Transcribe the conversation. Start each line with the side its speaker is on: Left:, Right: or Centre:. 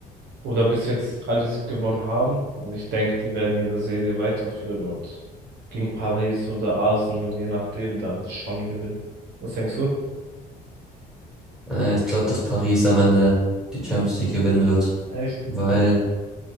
Right: oder bis jetzt alles gewonnen haben. Und ich denke, die werden ihre Serie weiterführen und gegen Paris oder Arsenal, je nachdem, dann schon gewinnen. Was denkst du?
Centre: Äh, ich glaube, dass Paris am Ende die Champions League gewinnen wird,
Right: Echt?
Centre: weil